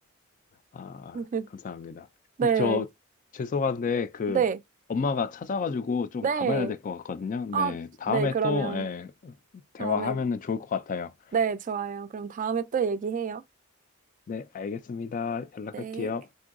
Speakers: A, on the left; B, on the right.
A: 아
B: <laughs>
A: 감사합니다.
B: 네.
A: 저 죄송한데 그
B: 네.
A: 엄마가 찾아가지고 좀
B: 네.
A: 가봐야 될 것 같거든요. 네
B: 아,
A: 다음에
B: 네. 그러면
A: 또 예, 대화하면은
B: 다음에,
A: 좋을 것 같아요.
B: 네, 좋아요. 그럼 다음에 또 얘기해요.
A: 네 알겠습니다. 연락할게요.
B: 네.